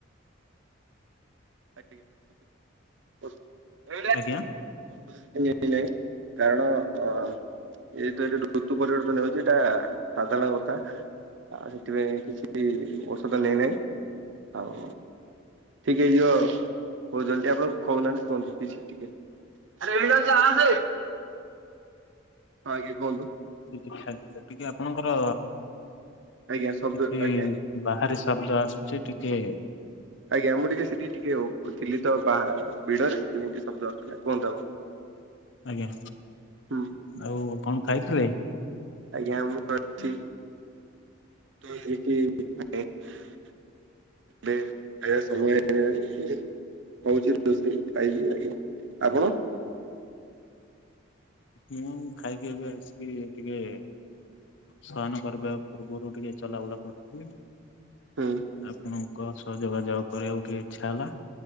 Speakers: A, on the right (about 70°); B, on the left (about 65°).
A: <unintelligible>
B: ଆଜ୍ଞା
A: <unintelligible> କାରଣ ଅ। ଏଇ ତ ଏଠି ଋତୁ ପରିବର୍ତ୍ତନ ହୋଉଚି ଏଇଟା ସାଧାରଣ କଥା। ଆଉ ସେଥିପାଇଁ କିଛି ଔଷଧ ନେଇନାଇ ଆଉ। ଠିକ୍ ହେଇଯିବ ଆଉ ବହୁ ଜଲ୍ଦି ଆପଣ କହୁନାହାନ୍ତି କୁହନ୍ତୁ କିଛି ଟିକେ। ଆରେ ଏନିବାନ୍ସ ଆସେ। ହଁ ଆଗେ କୁହନ୍ତୁ।
B: ଟିକେ ଆପଣଙ୍କର
A: ଆଜ୍ଞା ଶବ୍ଦ
B: କିଛି
A: ଆଜ୍ଞା ଆଜ୍ଞା
B: ବାହାରେ ଶବ୍ଦ ଆସ୍ଚି ଟିକେ
A: ଆଜ୍ଞା ମୁଁ ଟିକେ ସେଠି ଟିକେ ଅ ଥିଲି ତ ବା ଭିଡ଼ରେ ସେଠି ଏମିତି ଶବ୍ଦ ଆସୁଥିଲା କୁହନ୍ତୁ ଆପଣ।
B: ଆଜ୍ଞା,
A: ହୁଁ
B: ଆଉ କଣ ଖାଇଥିଲେ?
A: ଆଜ୍ଞା ମୁଁ ଅଠି <inaudible> ବେ ଖାଇବା ସମୟ ହେଇଗଲାଣି। ହଉଚି ରୋଷେଇ ଖାଇଲି ଆଜ୍ଞା, ଆପଣ?
B: ମୁଁ ଖାଇକି ଏବେ ଆସିକି ଟିକେ ସୟନ କରିବା ପୂର୍ବରୁ ଟିକେ ଚଲାବୁଲା କରୁଥିଲି।
A: ହଁ।
B: ଆପଣଙ୍କ ସହ ଯୋଗାଯୋଗ କରିବାକୁ ଟିକେ ଇଚ୍ଛା ହେଲା।